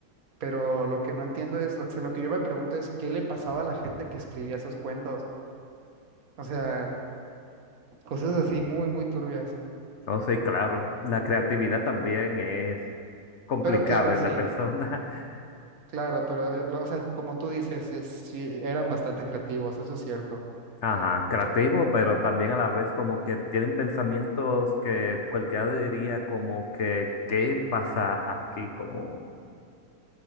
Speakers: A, on the right; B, on the left.
A: pero lo que no entiendo es, lo que, lo que yo me pregunto es, ¿qué le pasaba a la gente que escribía esos cuentos? O sea, cosas así muy, muy turbias.
B: no sí, claro. La creatividad también es complicado
A: Pero claro,
B: en
A: sí,
B: la persona. <laughs>
A: claro, pero, eh, lo- o sea, como tú dices, es- sí, eran bastante creativos, eso es cierto.
B: Ajá, creativo, pero también a la vez como que tienen pensamientos que cualquiera diría como que, ¿qué pasa aquí? Como